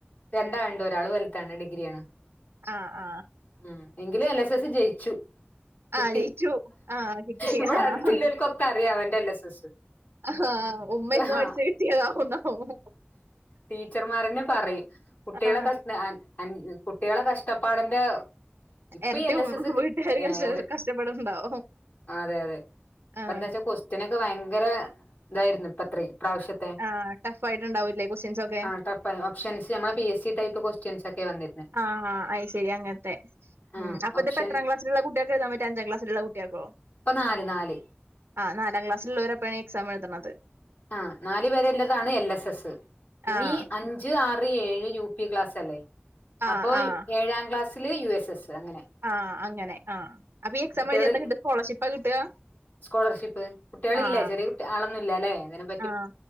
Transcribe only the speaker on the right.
ആഹ് ആഹ്
ആഹ് ജയിച്ചു ആഹ് കിട്ടി
ആഹ്
ആഹ് ഉമ്മ ഇരുന്ന്
പഠിച്ചു കിട്ടിയതാവുന്നാവും
ആഹ്
എരട്ടി
വീട്ടുകാര്
കഷ്ട
കഷ്ടപ്പെടുന്നുണ്ടാവും
ആഹ്
ആഹ് ടഫായിടുണ്ടാവൂല്ലേ കൊസ്റ്റഽൻസ് ഒക്കെ
ആഹ് ആഹ് അയി ശരി അങ്ങനത്തെ ഉം
അപ്പ
ഇത്പ്പോ എത്രാ ക്ലാസിലുള്ള കുട്ടിയകൾക്ക എഴുതാപറ്റാ അഞ്ചാം ക്ലാസിലുളള കുട്ടികൾക്കോ
ആഹ് നാലാം ക്ലാസ്സിലള്ളവരപ്പഴേ എക്സാം എഴുതുന്നത്
ആഹ്
ആഹ്
ആഹ്
ആഹ് അങ്ങനെ ആഹ് അപ്പ ഈ എക്സാം
എഴുതിയ എന്താ കിട്ട സ്കോളർഷിപ്പാ കിട്ടാ
ആഹ്
ആഹ്